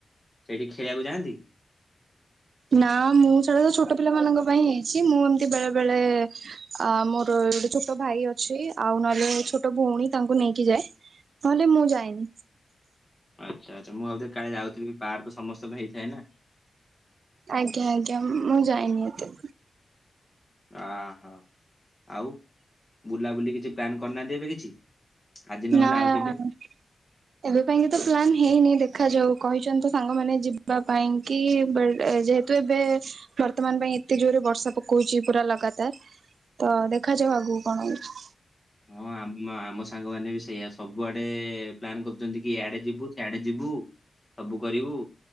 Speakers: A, on the left; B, on the right.
A: ସେଇଠି ଖେଳିବାକୁ ଯାଆନ୍ତି?
B: ନା ମୁଁ ସେଡା ତ ଛୋଟ ପିଲାମାନଙ୍କ ପାଇଁ ହେଇଛି ମୁଁ ଏମତି ବେଳେ ବେଳେ ଆ ମୋର ଗୋଟେ ଛୋଟ ଭାଇ ଅଛି ଆଉ ନହେଲେ ଛୋଟ ଭଉଣୀ ତାଙ୍କୁ ନେଇକି ଯାଏ। ନହେଲେ ମୁଁ ଯାଇନି।
A: ଆଚ୍ଛା ଆଚ୍ଛା ମୁଁ ଭାବଥିଲି କାଳେ ଯାଉଥିଵ୍ ପାର ତ ସମସ୍ତଙ୍କ ପାଇଁ ହେଇଥାଏ ନା।
B: ଆଜ୍ଞା ଆଜ୍ଞା ମୁଁ ଯାଏନି ଏତେ।
A: ଆ ହୋ ଆଉ ବୁଲାବୁଲି କିଛି ପ୍ଲାନ୍ କରିନାହାନ୍ତି ଏବେ କିଛି। ଆଜି ନହେଲେ
B: ନା
A: ଆଉ କେବେ?
B: ଏବେ ପାଇଁ କି ତ ପ୍ଲାନ୍ ହେଇନି ଦେଖାଯାଉ କହିଛନ୍ତି ତ ସାଙ୍ଗମାନେ ଯିବା ପାଇଁ କି ଯେ। ତ ଏବେ ବର୍ତ୍ତମାନ ପାଇଁ ଏତେ ଜୋରରେ ବର୍ଷା ପକଉଛି ପୁରା ଲଗାତାର। ତ ଦେଖାଯାଉ ଆଗକୁ କଣ ହଉଛି।
A: ହଁ ଆମ ଆମ ସାଙ୍ଗମାନେ ବି ସେଇଆ ସବୁଆଡେ ପ୍ଲାନ୍ କରୁଛନ୍ତି କି ଡେ ଯିବୁ ସେଆଡେ ଯିବୁ ସବୁ କରିବୁ